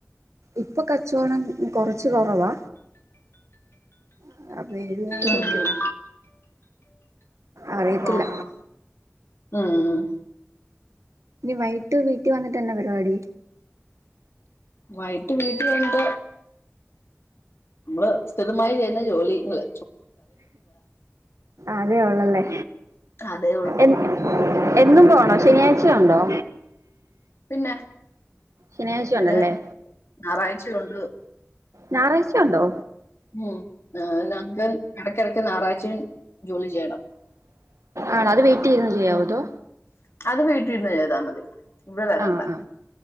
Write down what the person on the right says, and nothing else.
ഇപ്പൊ കച്ചവടം കൊറച്ച് കൊറവാ <unintelligible> വരുവായിരിക്കും
അറിയത്തില്ല
ഇനി വൈകിട്ട് വീട്ടിൽ വന്നിട്ട്ന്നെ പരിപാടി
അതേ ഉള്ളല്ലേ
എ എന്നും പോണോ ശനിയാഴ്ച ഉണ്ടോ
ശനിയാഴ്ച
ഉണ്ടല്ലേ
ഞായറാഴ്ച്ചണ്ടോ
ആണോ അത് വെയിറ്റ് ചെയ്ുന്ന ചെയ്യാവതോ
ആ ആ